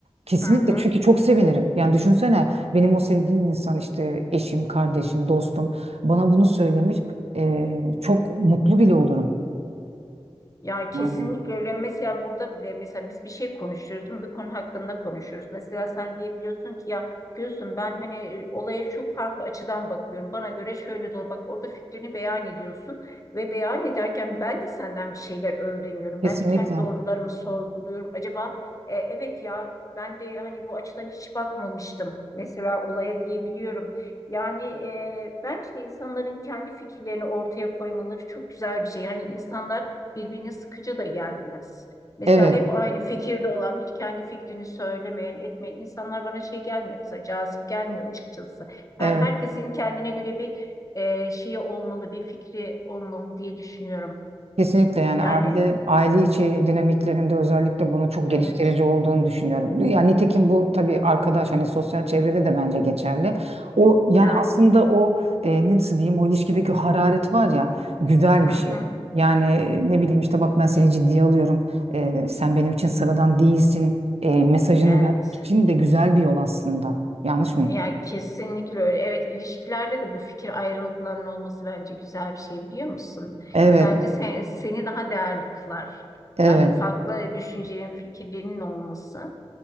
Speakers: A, on the right (about 70°); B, on the left (about 30°).
A: kesinlikle
B: Hı hı.
A: çünkü çok sevinirim. Yani düşünsene benim o sevdiğim insan işte eşim, kardeşim, dostum bana bunu söylemiş. E, çok mutlu bile olurum.
B: Ya kesinlikle
A: Yani
B: öyle. Mesela burada bile mesela biz bir şey konuşuyoruz, değil mi? Bir konu hakkında konuşuyoruz. Mesela sen diyebiliyorsun ki ya Gülsüm ben hani e, olaya şu farklı açıdan bakıyorum. Bana göre şöyle de ol- bak orada fikrini beyan ediyorsun ve beyan ederken ben de senden bir şeyler öğreniyorum.
A: kesinlikle.
B: Ben de kendi doğrularımı sorguluyorum. Acaba e, evet ya ben de hani bu açıdan hiç bakmamıştım. Mesela olaya diyebiliyorum. Yani e, bence de insanların kendi fikirlerini ortaya koymaları çok güzel bir şey. Hani insanlar birbirine sıkıcı da gelmez. Mesela
A: Evet,
B: hep aynı fikirde olan, hiç kendi fikrini söylemeyen, etmeyen insanlar bana şey gelmiyor. Mesela cazip gelmiyor açıkçası.
A: evet.
B: Yani herkesin kendine göre bir e, şeyi olmalı, bir fikri olmalı diye düşünüyorum.
A: Kesinlikle yani
B: Yani
A: aile aile içi dinamiklerinde özellikle bunun çok
B: evet,
A: geliştirici olduğunu düşünüyorum. Yani nitekim bu tabii arkadaş hani sosyal çevrede de bence geçerli. O yani
B: yani
A: aslında o e, nasıl diyeyim o ilişkideki hararet var ya güzel
B: hı
A: bir
B: hı,
A: şey. Yani e, ne bileyim işte bak ben seni ciddiye alıyorum. E, sen benim için sıradan değilsin. e, mesajını
B: evet.
A: vermek için de güzel bir yol aslında. Yanlış mıyım?
B: Yani kesinlikle öyle. Evet, ilişkilerde de bu fikir ayrılıklarının olması bence güzel bir şey biliyor musun?
A: Evet,
B: Ya bence sen, seni daha değerli kılar.
A: evet,
B: Yani farklı düşüncelerin, fikirlerinin olması.